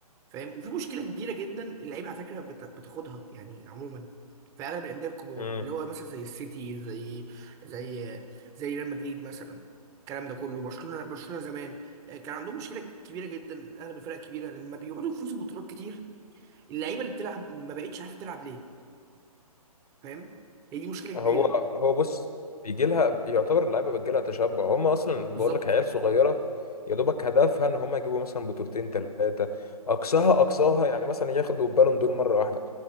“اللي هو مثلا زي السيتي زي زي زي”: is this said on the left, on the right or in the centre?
Right